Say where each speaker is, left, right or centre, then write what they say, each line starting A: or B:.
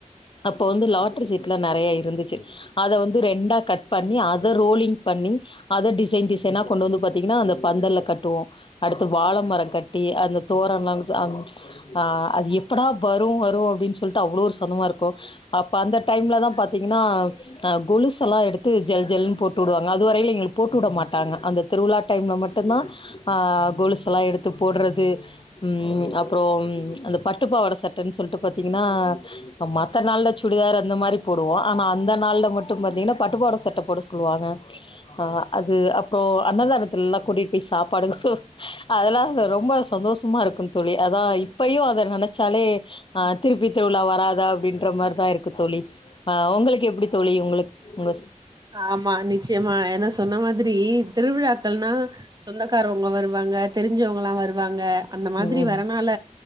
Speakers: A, on the left (about 40°); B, on the right (about 30°).
A: அப்போ வந்து லாட்ரி சீட்லா நெறைய இருந்துச்சு அத வந்து ரெண்டா கட் பண்ணி அத ரோலிங் பண்ணி அத டிசைன் டிசைனா கொண்டு வந்து பாத்தீங்கன்னா அந்த பந்தல்ல கட்டுவோம் அடுத் து வாழ மரம் கட்டி அந்த தோரம்லா அம் ச்சு அ அது எப் எப்படா வரும் வரும் அப்படின்னு சொல்லிட்டு அவ்ளோ ஒரு சந்தமா இருக்கும் அப்போ அந்த டைம்ல தான் பாத்தீங்கன்னா கொலுசுல்லா எடுத்து ஜல் ஜல்லன்னு போட்டு விடுவாங்க அதுவரயும் எங்களுக்கு போட்டுவிட மாட்டாங்க அந்த திருவிழா டைம்ல மட்டும்தான் அஹ் கொலுசு எல்லா எடுத்து போடறது ம் அப்பறம் அந்த பட் பட்டுப்பாவடை சட்டைன்னு சொல்லிட்டு பாத்தீங்கன்னா மத்த நாள்ல சுடிதார் அந்த மாரி போடுவோம் ஆனா அந்த நாள்ல மட்டும் பாத்தீங்கன்னா பட்டுப்பாவட சட்டை போட சொல்லுவாங்க அஹ் அது அப்றோ அன்னதானத்தல எல்லா கூட்டிட்டு போய் சாப்பாடு அதெல்லா ரொம்ப சந்தோஷமா இருக் க்கும் தோழி அதா இப்பயு அத நெனச் ச்சாலே அஹ் திருப்பி திருவிழா வராதா அப்படின்ற மாரிதா இருக்கு தோழி ஆஹ் உங்களுக்கு எப்படி தோழி உங்களுக் உங்க
B: ஆமா நிச்சயமா என்ன சொன்ன மாதிரி திருவிழா க்கள்னா சொந்தக்காரவங்க வருவாங்க தெரிஞ்சவங்கல்லா வரு வாங்க அந்த மாதிரி
A: ம்.
B: வரனால